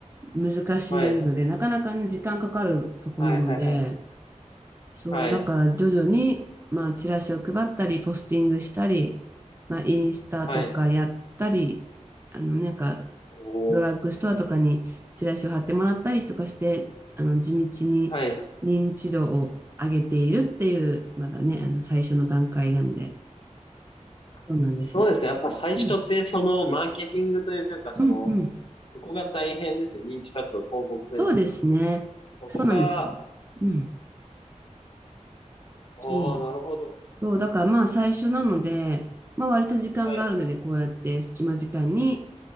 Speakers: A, on the right; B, on the left.
A: 難しいので、
B: はい。
A: なかなかね、時間かかるとこなので、
B: はいはいはい。
A: そう、
B: はい。
A: だから徐々に、まあ、チラシを配ったり、ポスティングしたり、まあ、インスタとかやったり、
B: はい。はい。
A: あの、なんか、
B: おお。
A: ドラッグストアとかにチラシを貼ってもらったりとかして、あの、地道に認知度を上げているっていう、
B: はい。
A: まだね、あの、最初の段階なんで、
B: あそうですね。
A: そうなんです。
B: やっぱ最初ってそのマーケティングというか、
A: うん、
B: その、
A: うん、うん。
B: そこが大変ですよ。認知活動、広告というか。
A: そうですね。
B: そこが、
A: そうなんですよ。うん。
B: おおなるほど。
A: そう。そう、だからまあ、最初なので、まあ、割と時間があるので、
B: はい。
A: こうやって隙間時間に、